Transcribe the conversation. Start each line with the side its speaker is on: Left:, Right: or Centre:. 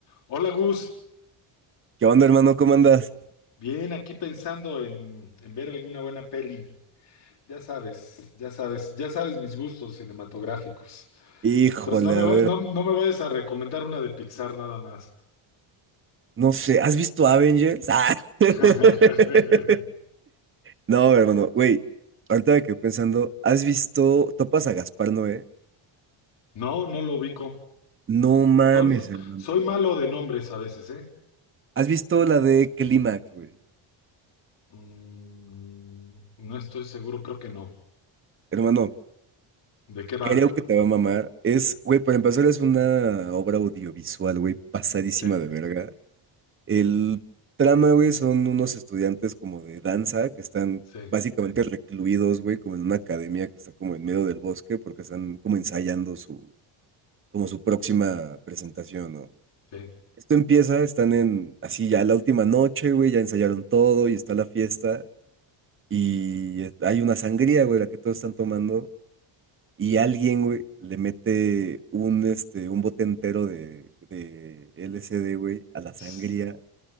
Left: Hola Gus,
Right: ¿Qué onda, hermano? ¿Cómo andas?
Left: bien aquí pensando en, en ver alguna buena peli. Ya sabes, ya sabes, ya sabes mis gustos cinematográficos.
Right: Híjole,
Left: Entonces no me
Right: a
Left: va-
Right: ver,
Left: no, no me vayas a recomendar una de Pixar nada más.
Right: no sé, ¿has visto Avengers? ¡Ah! <laughs>
Left: <laughs>
Right: No, hermano, güey, ahorita me quedé pensando, ¿has visto, topas a Gaspar Noé?
Left: No, no lo ubico.
Right: No mames,
Left: Soy,
Right: hermano.
Left: soy malo de nombres a veces, ¿eh?
Right: ¿Has visto la de Clímax, güey?
Left: Mm, no estoy seguro, creo que no.
Right: Hermano,
Left: ¿De qué va?
Right: creo que te va a mamar. Es, güey, para empezar es una obra audiovisual, güey, pasadísima
Left: Sí,
Right: de verga. El trama, güey, son unos estudiantes como de danza que están
Left: sí,
Right: básicamente recluidos, güey, como en una academia que está como en medio del bosque porque están como ensayando su, como su próxima presentación, ¿no?
Left: sí.
Right: Esto empieza, están en, así ya la última noche, güey, ya ensayaron todo y está la fiesta y eh, hay una sangría, güey, la que todos están tomando y alguien, güey, le mete un, este, un bote entero de, de LSD, güey, a la
Left: Sí,
Right: sangría